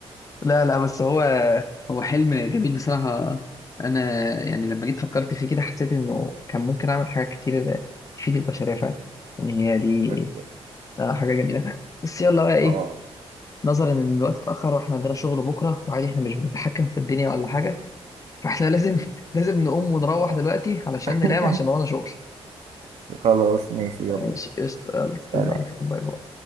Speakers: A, on the left; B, on the right.
A: لا لا بس هو هو حلم جميل بصراحة أنا يعني لما جيت فكرت فيه كده حسيت إنه كان ممكن أعمل حاجات كتير تفيد البشرية فعلا إن هي دي
B: بس
A: آه، حاجة جميلة فعلا بس يلا بقى إيه
B: اه
A: نظرا إن الوقت اتأخر وإحنا عندنا شغل بكرة وعادي إحنا مش بنتحكم في الدنيا ولا حاجة فإحنا لازم <laughs> لازم نقوم ونروح
B: اه
A: دلوقتي علشان
B: <laughs>
A: ننام عشان ورانا شغل
B: خلاص ماشي يلا
A: ماشي قشطة يلا تصبح
B: سلام
A: على خير باي باي